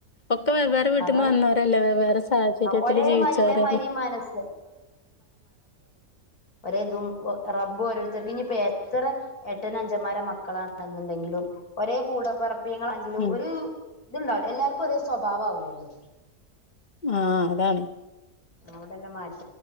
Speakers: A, on the left (about 35°); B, on the left (about 80°).
A: ഒക്കെ വെവ്വേറെ വീട്ടിന്ന്
B: അതാണ്
A: വന്നവരല്ലേ വേവ്വേറെ സാഹചര്യത്തില്
B: ഒരേമാതിരി
A: ജീവിച്ചവരല്ലേ?
B: ഒരേമാതിരി മനസ്സ് ഒരേതും റബ്ബും ഓരോരുത്തർക്കും ഇനി ഇപ്പ എത്ര എട്ടൻ അഞ്ചന്മാരെ മക്കളാണ് എന്നുണ്ടെങ്കിലും ഒരേ കൂടപ്പെറപ് നിങ്ങളാണെങ്കിലും
A: ഉം
B: ഒരു ഇതുണ്ടാവില്ലേ? എല്ലാർക്കും ഒരേ സ്വഭാവാവൂല്ലല്ലോ
A: ആഹ് അതാണ്
B: അവിടെല്ലാം മാറ്റി